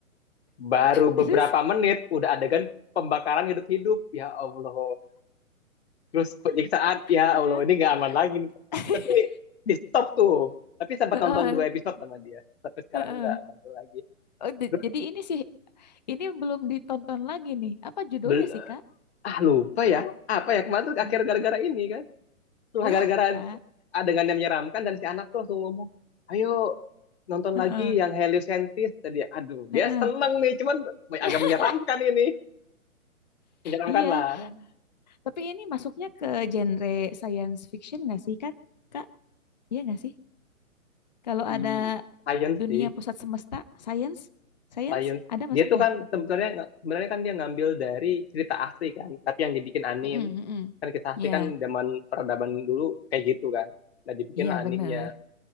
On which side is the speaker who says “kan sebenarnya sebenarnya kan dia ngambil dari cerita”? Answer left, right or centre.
Left